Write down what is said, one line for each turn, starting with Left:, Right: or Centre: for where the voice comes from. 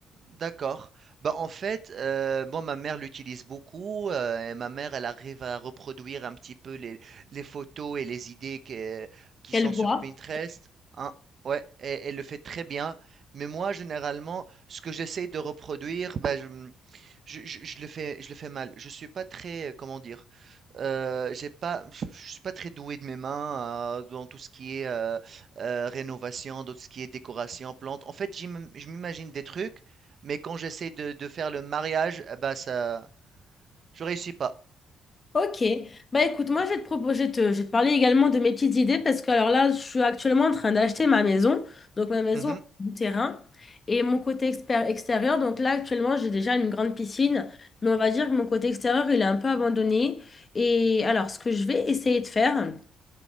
Right: D'accord. Bah, en fait, heu, moi, ma mère l'utilise beaucoup, heu et ma mère, elle arrive à reproduire un petit peu les les photos et les idées que qui
Left: Quelle
Right: sont sur
Left: voix.
Right: Pinterest, hein, ouais, et elle le fait très bien. Mais moi, généralement, ce que j'essaie de reproduire, bah, je, mmh je, je, je le fais, je le fais mal. Je suis pas très, euh, comment dire, euh, j'ai pas, je je suis pas très doué de mes mains euh, dans tout ce qui est euh, euh, rénovation, dans tout ce qui est décoration, plantes. En fait, j'im- je m'imagine des trucs, mais quand j'essaie de, de faire le mariage, eh ben ça, je réussis pas.
Left: Ok, bah écoute, moi je vais te proposer, je te, je vais te parler également de mes petites idées parce que alors là, je suis actuellement en train d'acheter ma maison, donc ma maison
Right: Mhm.
Left: du terrain et mon côté exper- extérieur. Donc là, actuellement, j'ai déjà une grande piscine, mais on va dire que mon côté extérieur, il est un peu abandonné. Et alors, ce que je vais essayer de faire.